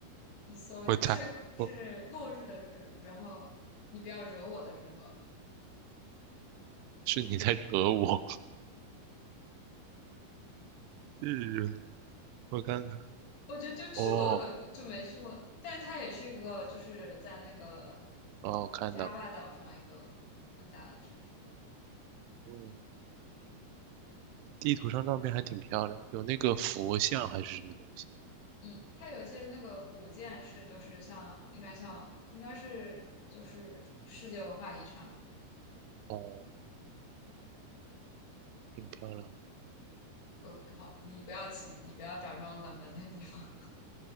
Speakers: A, on the left (about 80°); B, on the right (about 85°).
A: 你搜一下，
B: 我猜，
A: 是是落日的日，
B: 我
A: 然后你不要惹我的惹。
B: 是你在惹我。<laughs> 日惹，我看看。
A: 我觉得就去过的就没去过，
B: 哦
A: 但它也是一个就是在那个
B: 哦，看到，
A: Java 岛上一个很大的城市。
B: 嗯，地图上照片还挺漂亮，有那个佛像还是什么东西，
A: 嗯，它有些那个古建是就是像应该像应该是就是世界文化遗产。
B: 哦，挺漂亮的。
A: 呃，好，你不要起，你不要找这种冷门的地方。